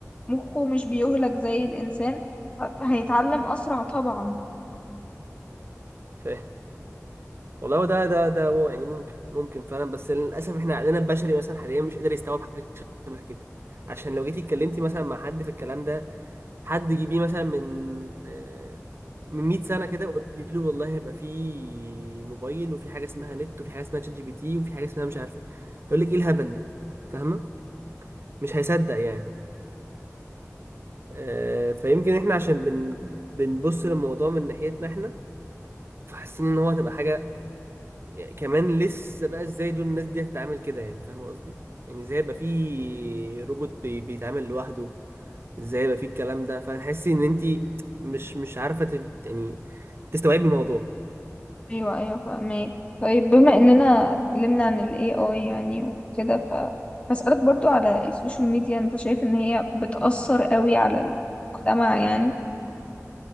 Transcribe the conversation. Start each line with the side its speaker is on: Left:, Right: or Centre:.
Left: مخه مش بيهلك زي الانسان فهيتعلم اسرع طبعا
Right: فاهم والله هو ده ده ده هو يعني ممكن ممكن فعلا بس للاسف احنا عقلنا البشري مثلا حاليا مش قادر يستوعب حاجه شبه كده عشان لو جيتي اتكلمتي مثلا مع حد في الكلام ده حد جيبيه مثلا من آه، من 100 سنه كده وقولي له والله هيبقى في موبايل وفي حاجه اسمها نت وفي حاجه اسمها شات جي بي تي وفي حاجه اسمها مش عارفه هيقول لك ايه الهبل ده فاهمه مش هيصدق يعني آه، فيمكن احنا عشان بن بنبص للموضوع من ناحيتنا احنا فحاسين ان هو هتبقى حاجه يعني كمان لسه بقى ازاي دول الناس دي هتتعامل كده يعني فاهم قصدي يعني ازاي يبقى في روبوت بي بيتعامل لوحده ازاي يبقى في الكلام ده فتحسي ان انت مش مش عارفه تف- يعني تستوعبي الموضوع
Left: ايوه ايوه فاهمك طيب بما اننا اتكلمنا عن ال AI يعني وكده فهسألك برضو على السوشيال ميديا انت شايف ان هي بتأثر قوي على المجتمع يعني